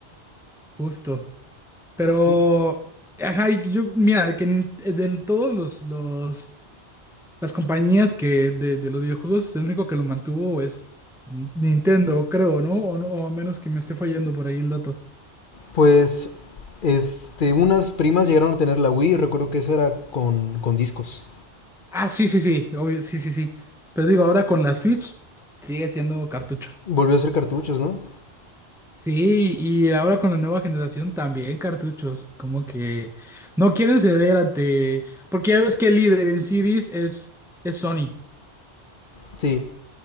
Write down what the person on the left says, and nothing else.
Sí.
Pues, este, unas primas llegaron a tener la Wii, recuerdo que esa era con, con discos.
Volvió a ser cartuchos, ¿no?
Sí,